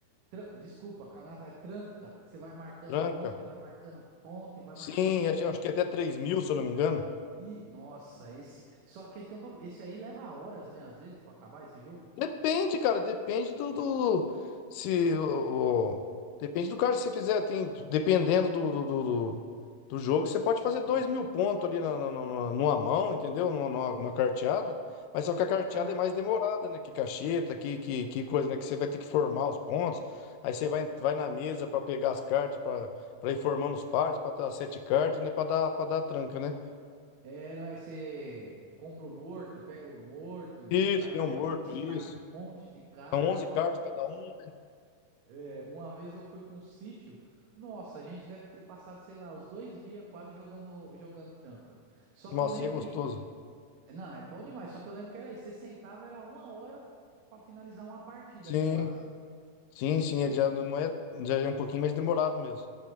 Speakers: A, on the right; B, on the left.
A: tran- Desculpa, canastra é tranca, que você vai marcando
B: tranca.
A: ponto e vai marcando ponto e vai
B: Sim,
A: marcando ponto.
B: acho acho que é até três mil, se eu não me engano.
A: E, nossa, esse. Só que aí tem um... pro- esse aí leva horas, né? Às vezes, pra acabar esse jogo.
B: Depende, cara, depende do, do- se o, o- depende do cara que você fizer, tem dependendo do, do, do, do- do jogo, você pode fazer dois
A: Hum.
B: mil pontos ali na, na, na- na- numa mão, entendeu? Numa, numa, numa carteada, mas só que a carteada
A: Ah, n-
B: é mais demorada, né? Que cacheta, que, que, que coisa, né? Que você vai ter que formar os pontos,
A: que- é.
B: aí você vai, vai na mesa pra pegar as cartas, pra pra ir formando os pares, pra dar sete cartas, né? Pra dar, para dar tranca, né?
A: É, não é? Você compra o morto, pega o morto,
B: Isso,
A: junta aí,
B: deu
A: daqui
B: morto,
A: a pouco você
B: isso.
A: tá com um monte de carne.
B: São 11
A: Nossa,
B: cartas cada um.
A: É, uma vez eu fui pra um sítio, nossa, a gente deve ter passado, sei lá, os dois dias quase jogando, jogando tranca. Só
B: Nossa,
A: que eu lembro
B: e é gostoso.
A: que, não, é bom demais, só que eu lembro que era isso, você sentava, era uma hora pra finalizar uma partida
B: Sim.
A: ali quase.
B: Sim, sim,
A: É,
B: ele já não é, já é um pouquinho mais demorado mesmo.